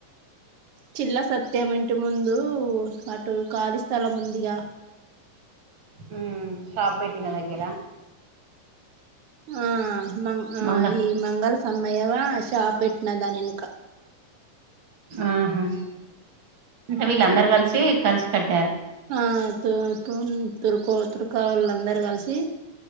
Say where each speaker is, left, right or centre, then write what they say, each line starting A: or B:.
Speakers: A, on the right; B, on the right.
A: చిల్ల సత్యం ఇంటి ముందు అటు ఖాళీ స్థలం ఉందిగా
B: ఉమ్ షాప్ బెట్టిన దగ్గర
A: ఆ మంగ్ ఆ
B: మంగ
A: ఈ మంగల్ సమయవ షాప్ పెట్న దానెనుక
B: ఆహా అంటే వీళ్ళందరు కలిసి కలిసి కట్
A: ఆ తు పు తురుకో తుర్కా వాళ్ళందరు కలిసి